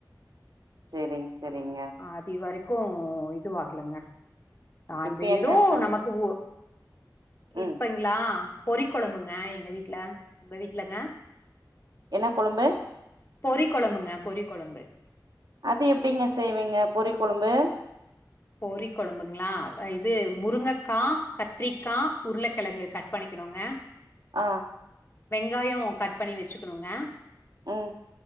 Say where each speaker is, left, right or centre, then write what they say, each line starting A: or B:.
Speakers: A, on the right (about 70°); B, on the left (about 35°).
A: சரிங்க, சரிங்க.
B: ஹ் அதி வரைக்கூ இதுவா <unintelligible> அந்த
A: இப்ப
B: ஏதோ
A: என்ன சம
B: நமக்கு ஒ
A: ம்.
B: இப்பங்களா பொறி கொழம்புங்க எங்க வீட்டுல உங்க வீட்டுலங்க
A: என்ன கொழம்பு?
B: பொறி கொழம்புங்க பொறி கொழம்பு
A: அது எப்டிங்க செய்வீங்க பொறி கொழும்பு
B: போரி குழம்புங்களா இது முருங்கக்கா கத்ரிக்கா உருளக்கெழங்கு கட் பண்ணிக்கணுங்க
A: ஆஹ்
B: வெங்காயோ கட் பண்ணி வச்சுக்கணுங்க
A: உம்